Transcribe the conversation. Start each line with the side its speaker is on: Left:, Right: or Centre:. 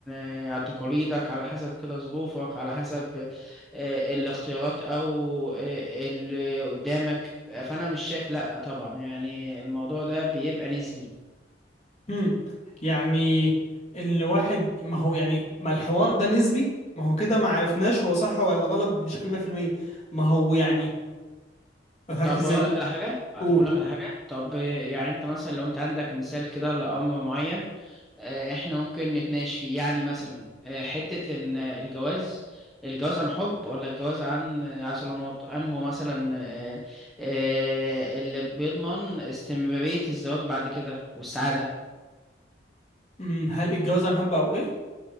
Centre: آه، تقاليدك على حسب كده ظروفك على حسب آه، الاختيارات او آه، اللي قدامك آه، فانا مش شايف لا طبعا يعني الموضوع ده بيبقى نسبي
Left: مم. يعني ان واحد ما هو يعني ما الحوار ده نسبي ما هو كده ما عرفناش هو صح ولا غلط بشكل 100% ما هو يعني اضحك
Centre: طب
Left: ازاي
Centre: بقول لك على حاجه آه،
Left: قول
Centre: طب بقول لك على حاجه طب آه، يعني انت مثلا لو انت عندك مثال كده لامر معين آه، احنا ممكن نتناقش فيه يعني مثلا آه، حتة ان الجواز الجواز عن حب ولا الجواز عن آه، عن صالونات انه مثلا آه، آه، اللي بيضمن استمرارية الزواج بعد كده والسعادة
Left: أمم، هل الجواز عن حب او ايه